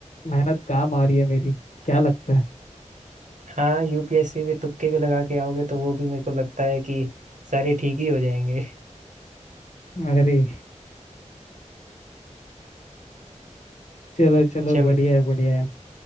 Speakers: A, on the left (about 70°); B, on the right (about 75°).
A: मेहनत काम आ रही है मेरी क्या लगता है
B: हाँ यूपीएससी में तुक्के भी लगा के आओगे तो वो भी मेरे को लगता है कि सारे ठीक ही हो जाएंगे
A: अरे चलो चलो
B: <laughs> चलो
A: बढ़िया है बढ़िया है